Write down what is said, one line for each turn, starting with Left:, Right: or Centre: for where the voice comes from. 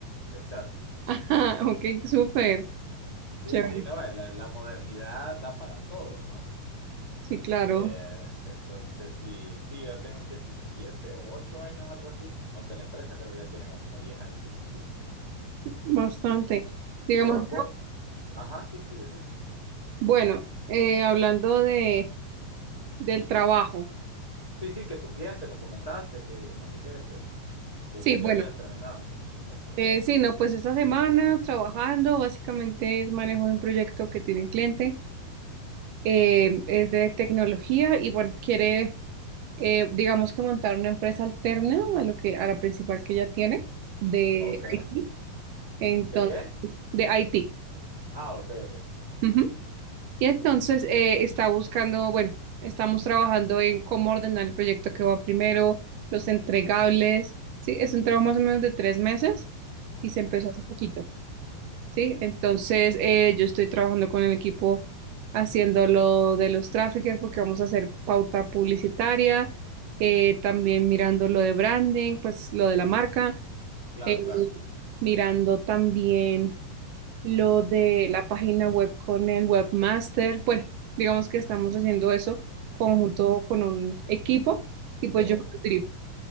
Left: Exacto.
Right: <laughs> Ah, ok, súper,
Left: Sí,
Right: chévere.
Left: sí, no, eh, la, la modernidad da para todo, ¿no?
Right: Sí, claro,
Left: Eh, entonces, sí, sí, yo ya tengo siete, siete o ocho años, algo así, aunque la empresa creo que ya tiene como diez años de existir.
Right: bastante. Digamos,
Left: Y vos, vos, ajá, sí, sí, decime.
Right: bueno, eh, hablando de, del trabajo.
Left: Sí, sí, que tu cliente me comentaste que no sé qué, que, que
Right: Sí,
Left: pues
Right: bueno,
Left: ya habías terminado. Eso,
Right: eh,
Left: no sé.
Right: sí, no, pues esta semana trabajando, básicamente es manejo de un proyecto que tiene un cliente, eh, es de tecnología y bueno, quiere eh, digamos que montar una empresa alterna a lo que, a la principal que ella tiene de
Left: Ok.
Right: IT. Entonces,
Left: ¿De qué?
Right: de IT.
Left: Ah, ok, ok.
Right: Ujú. Y entonces eh, está buscando, bueno, estamos trabajando en cómo ordenar el proyecto que va primero, los entregables. Sí, es un trabajo más o menos de tres meses y se empezó
Left: Ujú.
Right: hace poquito. Sí, entonces eh, yo estoy trabajando con el equipo haciendo lo de los traffickers porque vamos a hacer pauta publicitaria, eh, también mirando lo de branding, pues lo de la marca,
Left: Claro,
Right: eh,
Left: claro.
Right: mirando también lo de la página web con el webmaster. Bueno, digamos que estamos haciendo eso conjunto con un equipo y pues
Left: Todo.
Right: yo lo dirijo,